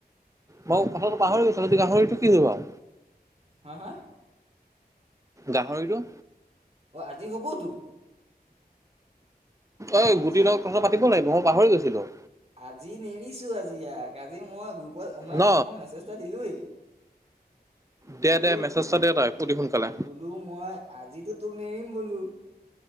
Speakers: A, on the right; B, on the right.
A: বাও কথাটো পাহই গৈছিলো তহতি গাহৰিটো কি হল বাও।
B: হাঁ হাঁ।
A: গাহৰিতো।
B: অ আজি হবতো।
A: অই
B: আজি
A: গুটিৰ লগত কথা পাতিব লাগিব মই পাহৰি গৈছিলো।
B: আজি নেৰিছো আজি ইয়াক আজি মই গ্ৰুপত মানে
A: ন
B: তাক মই মেছেজ এটা দিলোৱেই, বোলো
A: দে দে মেছেজ এটা দে তই অতি সোনকালে
B: বোলো মই আজিতো তোক নেৰিম বোলো।